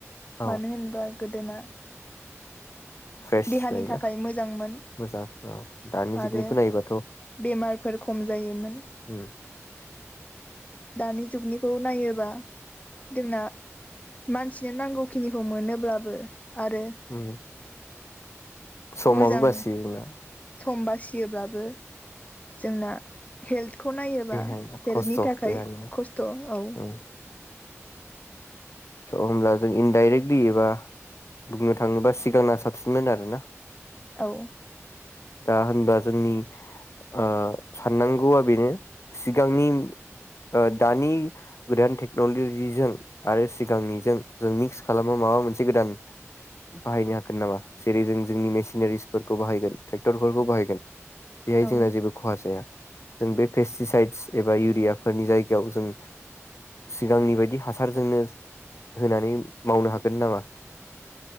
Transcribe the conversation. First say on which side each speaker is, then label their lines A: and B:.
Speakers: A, on the left; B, on the left.
A: औ
B: मानो होनबा गोदोना
A: फ्रेश
B: देहानि
A: जायोना
B: थाखाय मोजांमोन
A: मोजां औ दानि जुगनिखौ
B: आरो
A: नायोबाथ'
B: बेमारफोर खम जायोमोन।
A: उम
B: दानि जुगनिखौ नायोबा जोंना मानसिनो नांगौ खिनिखौ मोनोब्लाबो आरो
A: उम समाबो
B: मोजां
A: बासियो जोंना।
B: सम बासियोब्लाबो जोंना हेल्थखौ नायोबा
A: देहाया
B: हेल्थनि
A: खस्थ'
B: थाखाय
A: देहानिया
B: खस्थ' औ
A: उम स होमब्ला जों इनडाइरेक्टलि एबा बुंनो थाङोबा सिगांना साबसिनमोन आरोना?
B: औ
A: दा होनबा जोंनि ओ साननांगौआ बेनो सिगांनि ओ दानि गोदान टेक्नलजिजों आरो सि सिगांनिजों जों मिक्स खालामो माबा मोनसे गोदान बाहायनो हागोन नामा? जेरै जों जोंनि मेसिनारिसफोरखौ बाहायगोन ट्रेक्टरफोरखौ बाहायगोन। बेहाय
B: औ
A: जोंना जेबो खहा जाया जों बे पेसिसाइद एबा इउरियाफोरनि जायगायाव जों सिगांनि बायदि हासारजोंनो होनानै मावनो हागोन नामा?